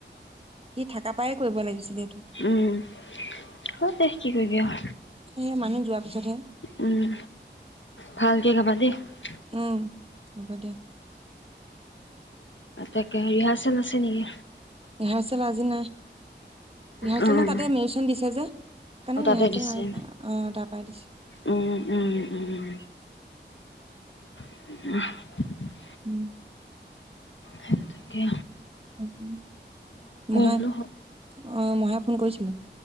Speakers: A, on the right; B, on the left.
A: সি থাকা পৰাই কৰিব লাগিছিলে এইটো
B: উম, হয় দে কি কৰিবি আও।
A: সেয়ে মানুহ যোৱাৰ পিছতহে
B: উম ভাল <unintelligible>
A: উম, হ'ব দিয়া।
B: তাকেহে ৰিহাছ চেল আছে নেকি।
A: ৰিহাৰচেল আজি নাই, ৰিহাৰচেল
B: অঁ
A: মানে তাতে <unintelligible> দিছে যে। কাৰণে
B: অঁ তাতে
A: ৰিহাৰসেল
B: দিছে
A: নাই হোৱা, অঁ তাৰ পৰাই দিছো।
B: উম উম-উম। <unintelligible>
A: উম।
B: সেইটোকে
A: <unintelligible> মহাই
B: বোলো
A: অঁ মহাই ফোন কৰিছিলে।